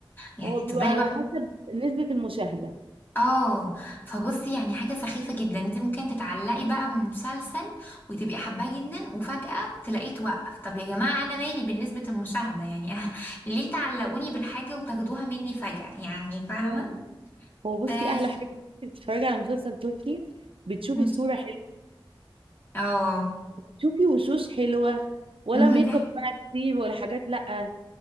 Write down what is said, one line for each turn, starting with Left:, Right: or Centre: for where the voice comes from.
Left: يعني
Right: هو بيبقى
Left: تفضلي
Right: على
Left: بقى
Right: حسب نسبة المشاهدة
Left: اه فبصي يعني حاجه سخيفه جدا انت ممكن تتعلقي بقى بمسلسل وتبقي حباه جدا وفجاه تلاقيه توقف طب يا جماعه انا مالي بالنسبه المشاهده يعني <laughs> ليه تعلقوني بالحاجه وتاخدوها مني فجاه يعني فاهمه
Right: آه. هو بصي
Left: اه
Right: أحلى حاجة إنك بتتفرجي على مسلسل تركي بتشوفي
Left: <laughs>
Right: صورة حلوة
Left: اه
Right: بتشوفي وشوش حلوة ولا
Left: <laughs>
Right: ميك اب بقى كتير ولا حاجات لأ